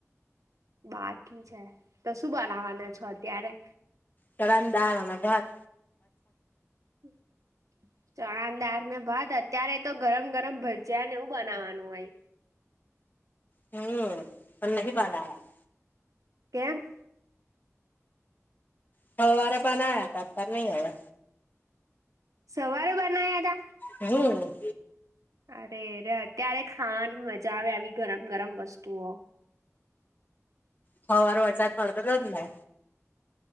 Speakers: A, on the right; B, on the left.
A: બાકી છે. તો શું બનાવાના છો અત્યારે?
B: ચણા દાળ અને ભાત
A: હમ ચણા દાર ને ભાત અત્યારે તો ગરમ ગરમ ભજયા ને એવું બનાવાનું હોય.
B: હમ અ નહી <unintelligible>
A: કેમ?
B: સવારે બનાયા હતા નહી હવે.
A: સવાર બના્યા હતા?
B: હમ
A: અરે અરે અત્યારે ખાવાની મજા આવે આવી ગરમ ગરમ વસ્તુઓ.
B: સવારે વરસાદ પડતો હતો ને?